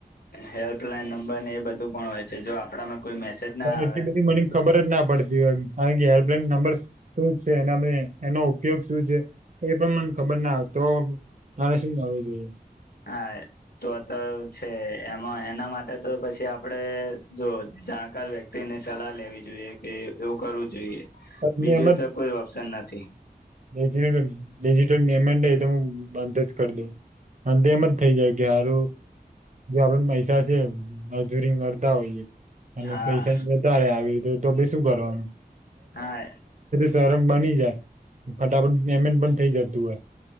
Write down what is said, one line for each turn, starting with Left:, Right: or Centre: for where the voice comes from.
Left: હેલ્પલાઈન નંબર ને એ બધું પણ હોય છે જો આપણામાં કોઈ મેસેજ ના
Right: પણ
Left: આવે
Right: એટલી બધી મને ખબર જ ના પડતી હોય હેલ્ એનો ઉપયોગ શું છે એ પણ મને ખબર ના તો મારે શું કરવું જોઈએ
Left: હા તો તો છે એમાં એના માટે તો પછી આપડે જો જાણકાર વ્યક્તિ ની સલાહ લેવી જોઈએ કે એવું કરવું જોઈએ
Right: પછી
Left: બીજું
Right: એમ
Left: તો કોઈ ઓપ્શન નથી
Right: ડીટલ પેમેન્ટ એ તોું બંધ જ કરી દઉ અને તો એમ જ થઇ જાય કે હારું જો આપડ પૈસા છે મજૂરી કરતા હોઈએ અને
Left: હા
Right: પૈસા જતા રહ્યા તો બી શું કરવાનું
Left: હા
Right: સરમ બની જાય ફટાફટ પેમેન્ટ પણ થઇ જતું હોય